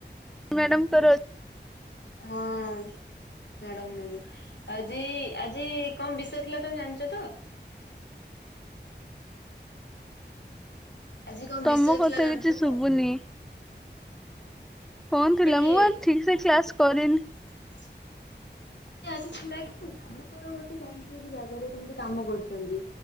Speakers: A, in the centre; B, on the left (about 75°).
A: ମ୍ୟାଡ଼ାମ୍ ଙ୍କ ର ଅ
B: ହଁ। ମ୍ୟାଡାମ୍ ନେବେ ଆଜି ଆଜି କଣ ବିଷୟ ଥିଲା ତମେ ଜାଣିଚ ତ? ଆଜି କଁ
A: ତମ
B: ବିଷୟ
A: କଥା
B: ଥିଲା ଜାଣିଚ
A: କିଛି ଶୁଭୁନି
B: ତ?
A: କଁ ଥିଲା
B: ଗୋଟେ
A: ମୁଁ ଆଉ ଠିକ୍ ସେ କ୍ଲାସ କରିନି।
B: <unintelligible> ଆଜି ଥିଲା କି ଆମେ ଥର ଗୋଟେ ଯାଇଁକି ଗୋଟେ ଜାଗାରେ କେମିତି କାମ କରୁଚନ୍ତି।